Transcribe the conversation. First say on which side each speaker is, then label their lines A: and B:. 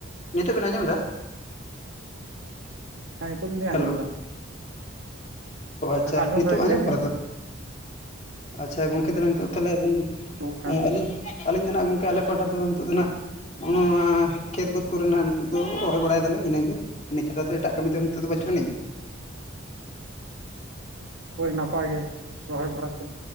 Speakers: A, on the left; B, on the right.
A: ᱱᱤᱛᱳᱜ ᱵᱮᱱ ᱟᱸᱡᱚᱢ ᱮᱫᱟ?
B: ᱦᱮᱸ ᱱᱤᱛᱳᱜ <unintelligible> ᱟᱸᱡᱚᱢ
A: ᱦᱮᱞᱳ
B: ᱮᱫᱟ ᱾ <inaudible>
A: ᱚ ᱟᱪᱪᱷᱟ
B: ᱦᱮᱸ ᱟᱸᱡᱚᱢ
A: ᱱᱤᱛᱚᱜ
B: ᱮᱫᱟᱞᱤᱧ
A: ᱟᱸᱡᱚᱢᱚᱜ
B: ᱞᱟᱹᱭᱵᱤᱱ
A: ᱠᱟᱱᱟ
B: ᱾
A: ᱛᱚ ᱟᱪᱪᱷᱟ ᱜᱚᱝᱠᱮ ᱛᱟᱦᱮᱞᱮ ᱱᱤᱛᱚᱜ ᱛᱟᱦᱚᱞᱮ ᱟᱵᱤᱱ
B: ᱟᱸᱡᱚᱢᱚᱜ ᱠᱟᱱᱟ
A: ᱦᱮᱸ ᱟᱹᱞᱤᱧ ᱟᱹᱞᱤᱧ ᱫᱚ ᱦᱟᱜ ᱜᱚᱝᱠᱮ ᱟᱞᱮ ᱯᱟᱦᱴᱟ ᱫᱚ ᱱᱤᱛᱳᱜ ᱫᱚ ᱱᱟᱦᱟᱜ ᱱᱚᱣᱟᱻ ᱠᱷᱮᱛ ᱵᱟᱹᱫᱽ ᱠᱚᱨᱮ ᱱᱟᱦᱟᱜ ᱱᱤᱛᱚᱜ ᱫᱚ ᱨᱚᱦᱚᱭ ᱵᱟᱲᱟᱭ ᱮᱫᱟᱞᱮ ᱤᱱᱟᱹᱜᱮ ᱾ ᱤᱱᱟᱹ ᱪᱷᱟᱰᱟ ᱫᱚ ᱮᱴᱟᱜ ᱠᱟᱹᱢᱤ ᱫᱚ ᱱᱤᱛᱳᱜ ᱫᱚ ᱵᱟᱹᱪᱩᱜ ᱟᱹᱱᱤᱡ ᱾ <inaudible>
B: ᱦᱳᱭ ᱱᱟᱯᱟᱭ ᱜᱮ ᱨᱚᱦᱚᱭ ᱵᱟᱲᱟᱭ ᱯᱮ